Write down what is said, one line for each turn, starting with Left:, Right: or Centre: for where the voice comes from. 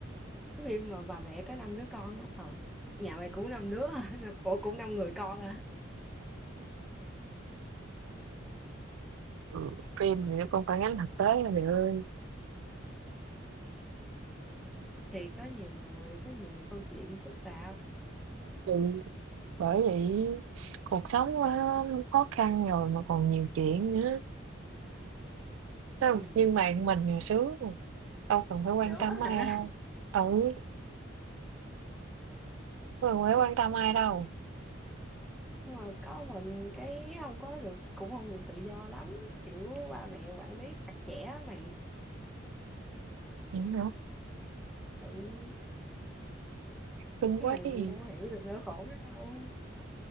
Centre: cái phim mà bà mẹ có năm đứa con á. Ờ. Nhà mày cũng năm đứa, hả? <laughs> ủa cũng năm người con à.
Right: Ừ. Phim thì nó còn phản ánh thực tế là mày ơi.
Centre: Thì có nhiều người, có nhiều câu chuyện phức tạp.
Right: Ừ. bởi vậy cuộc sống quá khó khăn rồi mà còn nhiều chuyện nữa sao
Centre: Ừ.
Right: nhưng mà mình thì sướng rồi. đâu cần phải quan
Centre: Nữa
Right: tâm ai
Centre: hả?
Right: đâu ừ đâu cần phải quan
Centre: Ừ.
Right: tâm ai đâu
Centre: Nhưng mà có mình cái không có được cũng không được tự do lắm kiểu ba mẹ quản lý chặt chẽ mày
Right: Vậy hả?
Centre: ừ
Right: cưng
Centre: chứ
Right: quá
Centre: mày
Right: chứ gì
Centre: đâu hiểu được nỗi khổ đó đâu